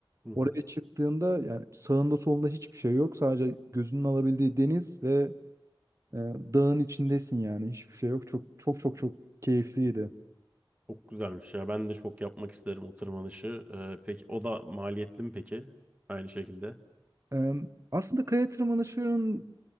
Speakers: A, on the right; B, on the right.
A: Hı hı.
B: Oraya çıktığında yani sağında solunda hiçbir şey yok. Sadece gözünün alabildiği deniz ve ee, dağın içindesin yani hiçbir şey yok. Çok çok çok çok keyifliydi.
A: Çok güzelmiş ya. Ben de çok yapmak isterim o tırmanışı. Ee, peki o da maliyetli mi peki? Aynı şekilde.
B: Ee, aslında kaya tırmanışının